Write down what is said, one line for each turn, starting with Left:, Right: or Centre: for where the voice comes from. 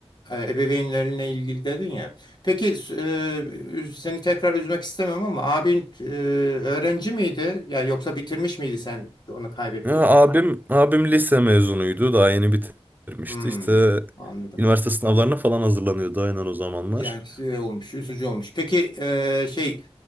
Left: e, ebeveynlerine ilgili dedin ya. Peki e, üz- seni tekrar üzmek istemem ama abin e, öğrenci miydi? Yani yoksa bitirmiş miydi sen onu kaybettiğin?
Right: Ya, abim abim lise mezunuydu daha yeni bitirmişti
Left: Hmm,
Right: işte
Left: anladım.
Right: üniversite sınavlarına falan hazırlanıyordu aynen o zamanlar.
Left: Yani şey olmuş, üzücü olmuş. Peki e, şey